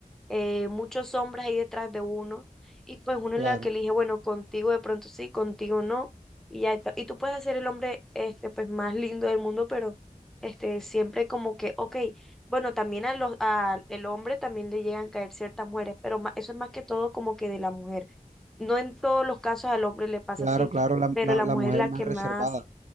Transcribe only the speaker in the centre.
eh, muchos hombres ahí detrás de uno, y pues uno
es la que elige, bueno, contigo de pronto sí, contigo no, y ya está. Y tú puedes ser el hombre este, pues más lindo del mundo, pero este, siempre como que, ok, bueno, también a los, a el hombre también le llegan a caer ciertas mujeres, pero ma- eso es más que todo como que de la mujer. No en todos los casos al hombre le pasa
así,
pero
la
mujer
es la
que
más,